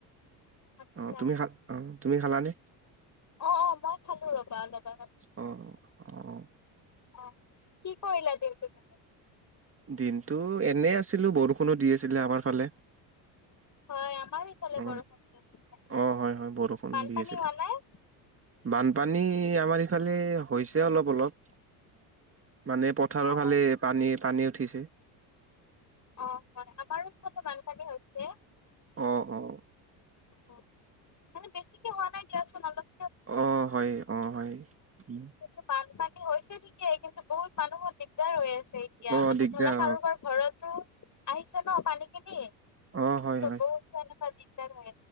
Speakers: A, on the left; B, on the right.
A: আচ্ছা,
B: অ'! তুমি খা অ'! তুমি খালানে?
A: অ'! অ'! মই খালোঁ ৰ'বা, অলপ আগত।
B: অ'! অ'!
A: অ'! কি কৰিলা দিনতো তুমি?
B: দিনটো এনেই আছিলোঁ। বৰষুণো দি আছিলে আমাৰ ফালে।
A: হয়! আমাৰ সেইফালে
B: অ
A: বৰষুণ দিছিলে।
B: অ হয় হয় বৰষুণ
A: বানপানী
B: দি আছিলে
A: হোৱা নাই?
B: বানপানী, আমাৰ এইফালে হৈছে অলপ, অলপ। মানে, পথাৰৰ
A: অ'
B: ফালে পানী, পানী উঠিছে।
A: অ'! হয়! আমাৰো ত' বানপানী হৈছে।
B: অ'! অ'!
A: <unintelligible> মানে, বেছিকে হোৱা নাই দিয়াচোন! অলপ
B: অ' হয়! অ' হয়! উম!
A: টো বানপানী হৈছে ঠিকেই কিন্তু বহুত মানুহৰ দিগদাৰ হৈ আছ তে এতিয়া
B: অ
A: মানে
B: দিগদাৰ
A: ধৰা কাৰোবাৰ ঘৰতো আহিছে ন পানীখিনি
B: অ অ হয়
A: ত
B: হয়
A: বহুত এনুকোৱা দিগদাৰ হয়।